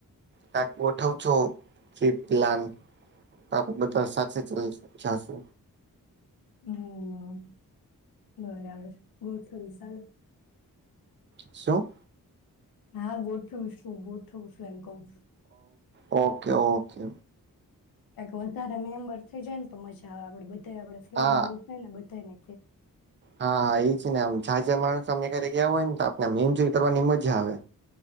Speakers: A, on the right (about 30°); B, on the left (about 70°).
A: ક્યાંક ગોઠવ છો ટ્રીપ પ્લાન તો આપ બધા સાથે જાસુ
B: હમ્મ બરાબર ગોળ થોડી સાલું
A: શું
B: હા ગોઠવું શું ગોથવું છું એમ કઉ છું.
A: હ ઓકે ઓકે
B: ક વધારે મેમ્બર થઇ જાય ને તો મજા આવે આપડે બધા આપ ફ્રેન્ડ
A: હા
B: ગ્રુપ થ ને બધાને
A: હા હા એ જ ને આમ જાજા માણસ અમે ઘરે ગયા હોય ને તો આપનેમ એન્જોય કરવાની મજા આવે.